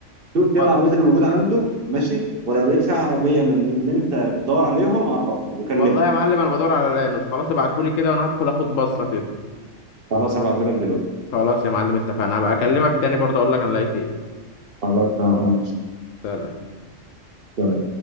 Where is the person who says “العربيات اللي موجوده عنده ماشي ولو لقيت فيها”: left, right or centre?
Right